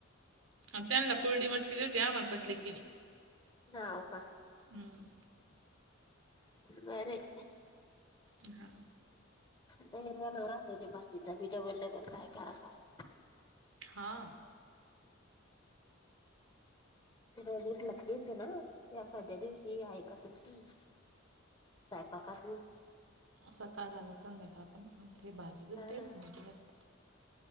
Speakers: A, on the right; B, on the left.
A: ह त्यानला कुरडी मटकी दीलती आम्हाला पतली केली.
B: हा हो का
A: हम्म
B: बर आय की
A: हा
B: बहेरवान राहतो ते भाजीचा बी, डबल डबल काय करावं.
A: हां
B: रजेत लगतेच ना यकाद्या दिवशी आहे का सुट्टी? साहेपाकातून
A: सकाळ झालं संध्याकाळ पण ते भाजीचंच
B: हा
A: टेन्शन
B: ना
A: येतं जास्त